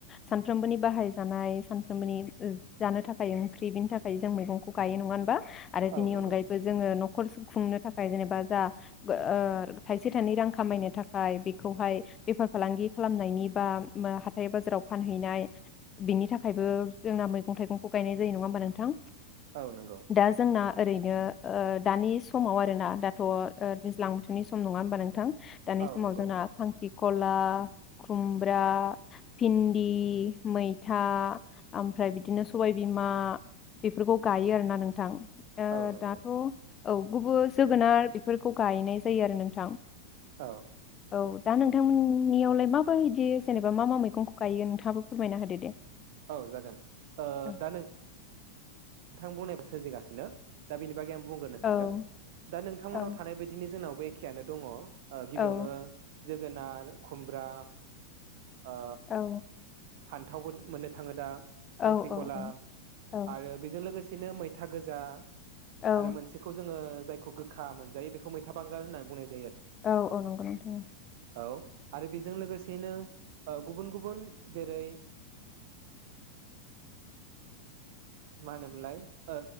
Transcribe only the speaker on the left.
सानफ्रोमबोनि बाहाय जानाय सानफ्रोमबोनि जानो थाखाय ओंख्रि बेनि थाखाय जों मैगंखौ गायो नङा ओनबा? आरो
बिनि
अनगायै जोङो नखर सुं- खुंनो थाखाय जेनेबा जा ओ थाइसे थाइनै रां खामायनो थाखाय बेखौहाय बेफार फालांगि खालामनायनि बा हाथाइ बाजाराव फानहैनाय बिनि थाखायबो जोंना मैगं थाइगंखौ गायनाय जायो नङा होमबा नोंथां?
दा जोंना ओरैनो ओ दानि समाव आरोना दाथ ओ दैज्लां बोथोरनि सम नङा होमबा नोंथां दानि
समाव
जोंना खांख्रि खला, खुमब्रा, भिन्दि, मैथा ओमफ्राय बिदिनो सबायबिमा बेफोरखौ गायो आरोना नोंथां ओ
दाथ' औ गुबुन जोगोनार बेफोरखौ गायनाय जायो आरो नोंथां
औ दा नोंथांमोननियावलाय मााबा बिदि जेनेबा मा मा मैगंखौ गायो नोंथाङाबो फोरमायना होदो दे
औ
औ
औ
औ
औ
औ औ
औ
औ औ नंगौ नोंथां